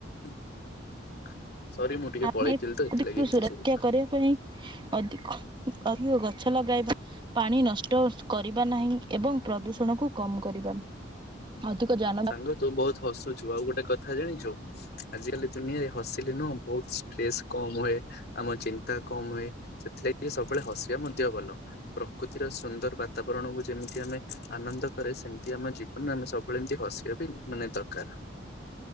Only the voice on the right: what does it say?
ଆମେ
ଏ ସୁରକ୍ଷା
କରିବା ପାଇଁ ଅଧିକ ଅଧିକ ଗ ଗଛ ଲଗାଇବା ପାଣି ନଷ୍ଟ କରିବା ନାହିଁ ଏବଂ ପ୍ରଦୂଷଣକୁ କମ କରିବା। ଅଧିକ ଯା